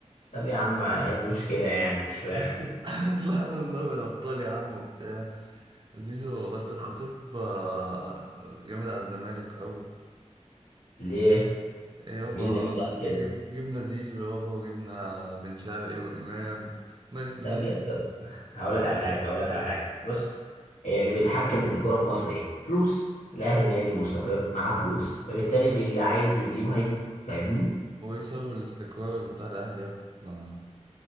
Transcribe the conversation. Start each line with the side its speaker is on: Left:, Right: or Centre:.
Left: طب
Right: ومع-
Left: يا عم ايه المشكله يعني مش فاهم
Right: <laughs> طلعنا من دوري الابطال يا عم وبتاع زيزو بس الخطيب آه، جامد على الزمالك قوي
Left: <laughs> ليه
Right: يابا
Left: مين اللي مين اللي
Right: خ-
Left: قال كده
Right: جب- جبنا زيزو يابا وجبنا بن شرقي وامام ما اسمين
Left: طب يا اسطى هقول لك على حاجه هقول لك على حاجه بص هي اللي بيتحكم في الكوره في مصر ايه فلوس الاهلي نادي مستقر معاه فلوس فبالتالي بي- اللي عايزه يجيبه هيجيب فاهمني
Right: وايه سبب الاستقرار بتاع الاهلي يا ابني ما